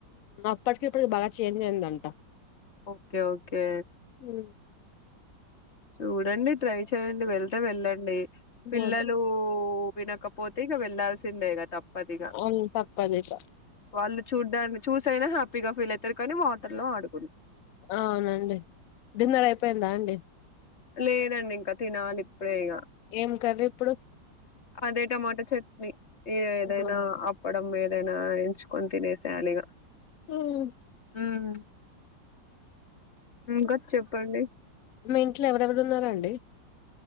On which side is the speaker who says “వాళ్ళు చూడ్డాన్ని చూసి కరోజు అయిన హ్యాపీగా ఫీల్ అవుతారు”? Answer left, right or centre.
Left